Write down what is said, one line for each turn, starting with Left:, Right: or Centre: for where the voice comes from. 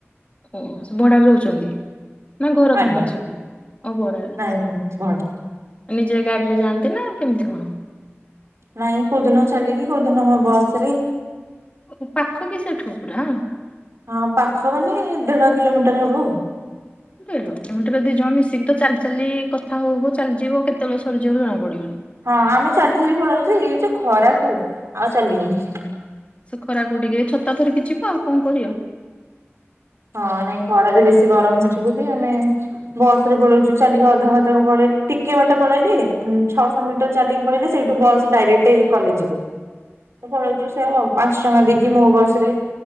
Left: ଓ ଭଡାରେ ରହୁଚନ୍ତି। ନା ଘର
Right: ଆଜ୍ଞା
Left: ତାଙ୍କର ସେଠି? ଓ ଭଡାରେ
Right: ନାଇଁ ଭ
Left: ନିଜେ ଗାଡି ରେ ଯାଆନ୍ତି ନା କେମିତି କଣ?
Right: ନାଇଁ କୋଉଦିନ ଚାଲିକି କୋଉଦିନ ମୋ ବସ୍ ରେ
Left: ଓ ପାଖ କି ସେଠୁ ପୁରା।
Right: ହଁ ପାଖ ମାନେ ଦେଢ କିଲୋମିଟର ହବ ଆଉ
Left: ଦେଢ କିଲୋମିଟର ଦି ଜଣ ମିଶିକି ତ ଚାଲି ଚାଲି କଥା ହଉ ହଉ ଚାଲିଯିବ କେତେବେଳେ ସରିଯିବ ଜଣା ପଡିବନି।
Right: ହଁ ଆମେ ଚାଲିଚାଲି ପଳାଉ ଯେ ଏ ଯୋଉ ଖରା କୁ ଆଉ ଚାଲି ହଉନି।
Left: ସେ ଖରାକୁ ଟିକେ ଛତା ଧରିକି ଯିବ ଆଉ କଣ କରିବ?
Right: ହଁ ନାଇଁ ଖରାରେ ବେଶୀ ଗରମ ହଉଛି ବୋଧେ ଆମେ ବସ ରେ ପଳଉଚୁ ଚାଲିକି ଅଧା ବାଟକ ପଳେଇ ଟିକେ ବାଟ ପଳେଇଲେ ଉଁ ଛଅଶହ ମିଟର। ଚାଲିକି ପଳେଇଲେ ସେଇଠୁ ବସ ଡାଇରେଟେ କଲେଜକୁ ତ ପଳଉଚୁ ସେୟା ଆଉ ପାଞ୍ଚ ଟଙ୍କା ଦେଇକି ମୋ ବସ ରେ